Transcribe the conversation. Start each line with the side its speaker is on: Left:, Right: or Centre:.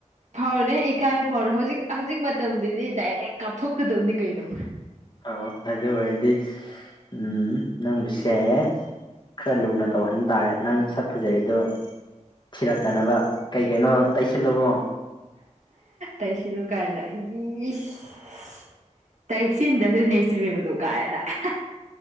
Right: ꯐꯥꯎꯅꯦ ꯏ ꯀꯥꯏꯕ ꯐꯥꯎꯔꯦ ꯍꯧꯖꯤꯛ ꯍꯧꯖꯤꯛ ꯃꯇꯝꯗꯨꯗꯤ ꯗꯥꯏꯔꯦꯛ ꯀꯥꯞꯊꯣꯛꯀꯗꯕꯅꯤ ꯀꯩꯅꯣ
Left: ꯑꯥꯎ ꯑꯗꯨ ꯑꯣꯏꯔꯗꯤ ꯎ ꯅꯪꯕꯨꯁꯦ ꯈꯔ ꯂꯨꯅ ꯇꯧꯍꯟꯕ ꯇꯥꯔꯦ ꯅꯪ ꯁꯛ ꯐꯖꯩ ꯑꯗꯣ ꯊꯤꯔꯛꯇꯅꯕ ꯀꯩ ꯀꯩꯅꯣ ꯇꯩꯁꯤꯜꯂꯣ ꯀꯣ
Right: ꯇꯩꯁꯤꯂꯨ ꯀꯥꯏꯅ ꯏꯁ ꯇꯩꯁꯤꯟꯗ꯭ꯔꯁꯨ ꯅꯦꯆꯔꯦꯜꯗꯣ ꯀꯥꯏꯅꯒꯥ